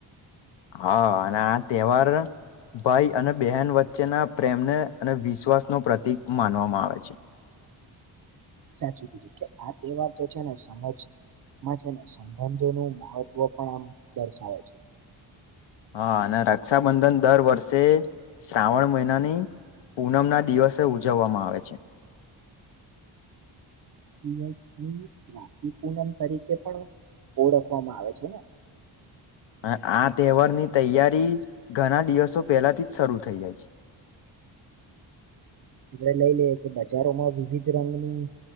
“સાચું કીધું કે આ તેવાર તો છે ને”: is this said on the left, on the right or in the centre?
Right